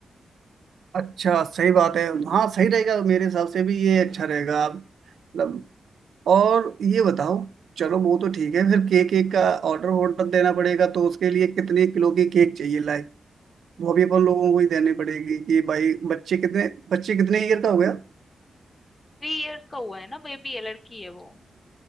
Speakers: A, on the right; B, on the left.
A: अच्छा सही बात है हाँ सही रहेगा मेरे हिसाब से भी ये अच्छा रहेगा मतलब और ये बताओ चलो वो तो ठीक है फिर केक केक का ऑर्डर ऑर्डर देना पड़ेगा तो उसके लिए कितने किलो की केक चाहिए लाए? वो भी अपन लोगों को ही देनी पड़ेगी कि भाई बच्चे कितने बच्चे कितने ईयर का हो गया
B: थ्री इयर्स का हुआ है ना बेबी है लड़की है वो